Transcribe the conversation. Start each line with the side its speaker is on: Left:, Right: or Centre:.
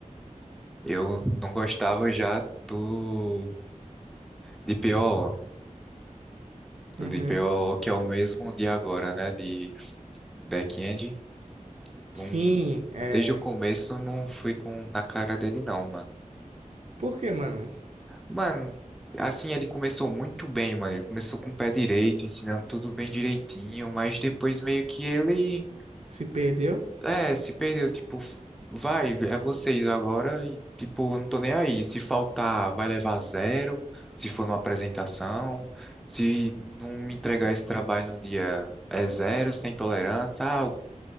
Centre: eu não gostava já do DPO,
Right: Uhum.
Centre: o DPO que é o mesmo de agora, né? De back-end.
Right: Sim,
Centre: Um,
Right: é.
Centre: desde o começo não fui com na cara dele não, mano.
Right: Por que, mano?
Centre: Mano, assim ele começou muito bem, mano. Ele começou com o pé direito, ensinando tudo bem direitinho, mas depois meio que ele
Right: Se perdeu?
Centre: É, se perdeu, tipo, f- vai, é vocês agora e, tipo, eu não tô nem aí. Se faltar, vai levar zero, se for numa apresentação, se não me entregar esse trabalho no dia, é zero, sem tolerância. Ah, o,